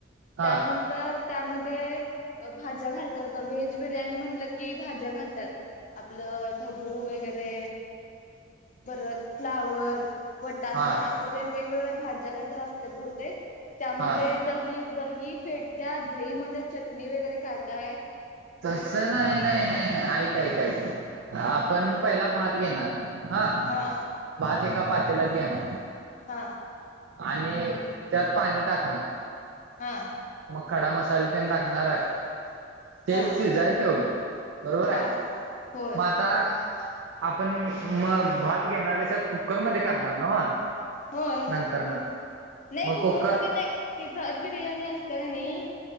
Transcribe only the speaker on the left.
त्यानंत तर त्यामध्ये अ... भाज्या घालतात बघ, व्हेज बिर्याणी म्हणलं की भाज्या घालतात. आपलं ढबू वगैरे बरत फ्लावर, वटाणा
असं तेन वेगवेगळ्या भाज्या काय तर असत्यात बहुतेक. त्यामध्ये
दही, दही फेटत्या दही मध्ये चटणी वगैरे काय काय आहे.
हा
हा.
हा.
हा.
हा
हा होय
होय
नाही
कुकरमध्ये
नाही ती थंर बिर्याणी असते का नाही